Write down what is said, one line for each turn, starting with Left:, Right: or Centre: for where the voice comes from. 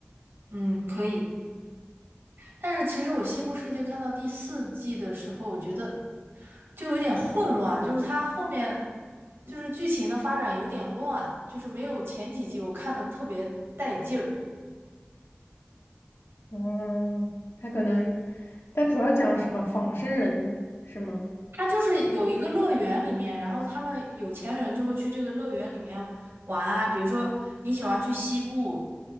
Right: 嗯，可以。但是其实我《西部世界》看到第四季的时候，我觉得就有点混乱，就是它后面就是剧情的发展有点乱，就是没有前几集我看的特别带劲儿。
Left: 嗯，它可能它主要讲什么仿生人是吗？
Right: 它就是有一个乐园里面，然后他们有钱人就会去这个乐园里面玩啊，比如说你喜欢去西部。